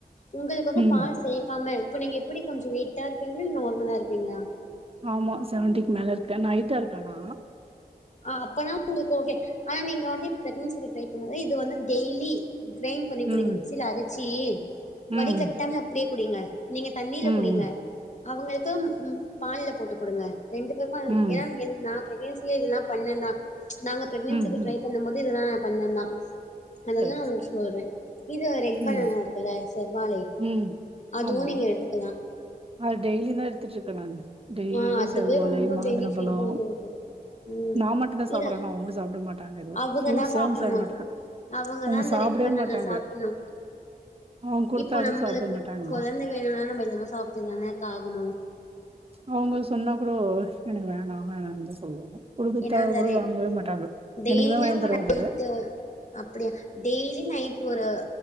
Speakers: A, on the left (about 50°); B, on the right (about 35°).
A: உங்களுக்கு வந்து
B: ம்
A: பால் சேக்காம இப்போ நீங்க எப்படி கொஞ்சோ வெயிட்டாக இருப்பீங்களா இல்ல நார்மலா இருப்பீங்களா
B: ஆமா செவன்டிக்கு மேல இருக்கேன் ஹைட்டா இருக்கனா
A: ஆ அப்பனா உங்களுக்கு ஓகே ஆனா நீங்க வந்து பிரக்னன்சிக்கு டிரை பண்ண இது வந்து டெய்லி க்ரைண் பண்ணி குடிங்க
B: ம்,
A: மிக்சில அரச்சி வடி
B: ம்,
A: கட்டாம அப்டியே குடிங்க நீங்க தண்ணியில
B: ம்,
A: குடிங்க அவங்களுக்கு ம் பால்ல போட்டு குடுங்க ரெண்டு பேர் மல்
B: ம்,
A: ஏனா ஏன் நா ப்ரக்னன்சில இதெல்லாம் பண்ணன்னா நாங்க பிரெக்னன்சிக்கு
B: ம், ம்.
A: ட்ரை பண்ணும் போது இதுதான் ந பண்ணன் நா அதெல்லா
B: சரி,
A: ஒங்களு
B: சரி.
A: சொல்றேன் இது ரெட் பனானா
B: ம்,
A: இருக்குல்ல செவ்வாழை
B: ம்.
A: அதுவும்
B: ஆமா.
A: நீங்க எடுத்துக்கலான்
B: அது டெய்லியு தா எடுத்துட்டு இருக்கேன் நானு டெய்லி
A: ஆ அதுவே
B: செவ்வாழை
A: ரொம்ப
B: மாதுல
A: பெனிஃபிட்
B: பழோம்
A: தா உங்களுக்கு ம்
B: நா மட்டுதா சாப்படுற
A: இதா
B: அவங்க சாப்ட மாட்டாங்க எதும்
A: அவங்கதா
B: ஃப்ரூட்ஸ்யே
A: சாப்புட்ணு
B: அவங்க சாப்பட மாட்டாங்க
A: அவங்கதா
B: அவுங்க
A: அந்த
B: சாப்பிடவே
A: ரெட் பனானா
B: மாட்டாங்க.
A: சாப்பிட்ணு
B: அவுங்க குடுத்தா
A: இப்போ
B: கூட
A: நம்மளுக்கு
B: சாப்பிட மாட்டாங்கம்மா.
A: கொழந்தை வேணும்னா நம்ம எல்லாம சாப்ட்டுதானே க்கா ஆகணு
B: அவங்க சொன்னா கூட எனக்கு வேணா வேணானு தா சொல்லுவாங்க குடுத்தா
A: ஏனா அந்த
B: கூட
A: ரெ
B: வாங்கவே மாட்டாங்க
A: டெய்லியு
B: எனக்கு தா வாங்கி
A: அவங்க
B: தர
A: நைட்டு
B: மாட்டாரு
A: அப்டியா டெய்லி நைட் ஒரு